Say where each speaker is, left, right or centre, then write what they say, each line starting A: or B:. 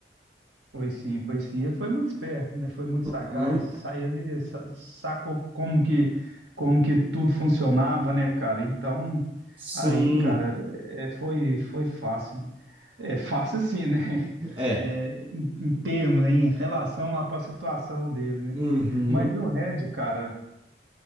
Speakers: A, on the right (about 90°); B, on the right (about 30°).
A: Foi sim, foi sim. Ele foi muito esperto, né? Foi muito sagaz.
B: Hum,
A: Sa- Ele sa- sacou como que, como que tudo funcionava, né, cara? Então,
B: sim,
A: aí, cara, é, foi, foi fácil, né? É fácil sim, né? <laughs>
B: é.
A: É, em, em termos, né? Em relação lá para a situação dele, né?
B: Uhum,
A: Mas e o Red, cara?